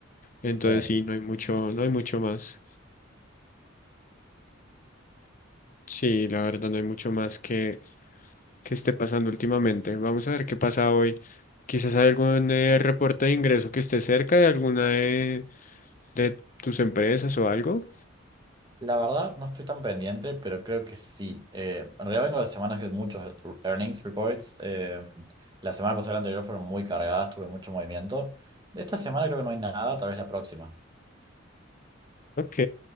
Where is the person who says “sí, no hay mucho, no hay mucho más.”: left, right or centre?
Left